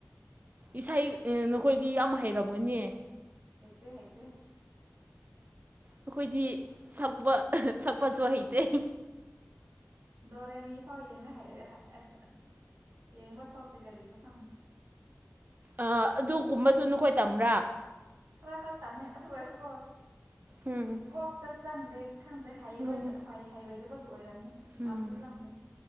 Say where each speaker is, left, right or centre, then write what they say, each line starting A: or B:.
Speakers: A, on the right (about 35°); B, on the right (about 70°).
A: ꯏꯁꯩꯗꯤ ꯅꯈꯣꯏꯗꯤ ꯌꯥꯝ ꯍꯩꯔꯝꯒꯅꯤ
B: ꯍꯩꯇꯦ ꯍꯩꯇꯦ
A: ꯑꯩꯈꯣꯏꯗꯤ ꯁꯛꯄ ꯁꯛꯄꯖꯨ ꯍꯩꯇꯦ
B: ꯗꯣꯔꯦꯃꯤꯐꯥꯎ ꯌꯦꯡꯅ ꯍꯩꯔꯦ ꯑꯁ ꯌꯦꯡꯕ ꯊꯣꯛꯇꯦ ꯀꯔꯤꯒꯤꯔꯣ ꯈꯪꯗꯦ
A: ꯑ ꯑꯗꯨꯒꯨꯝꯕꯁꯨ ꯅꯈꯣꯏ ꯇꯝꯕ꯭ꯔꯥ
B: ꯈꯔ ꯈꯔ ꯇꯝꯃꯦ ꯑꯗꯨ ꯑꯣꯏꯔꯁꯨꯀꯣ
A: ꯎꯝ
B: ꯀꯣꯛꯇ ꯆꯪꯗꯦ ꯈꯪꯗꯦ ꯍꯩꯔꯣꯏꯗ
A: ꯎꯝ
B: ꯍꯣꯏ ꯍꯩꯔꯣꯏꯗꯕꯒꯤ ꯑꯣꯏꯔꯝꯅꯤ
A: ꯎꯝ
B: ꯑꯝꯇ ꯆꯪꯗꯦ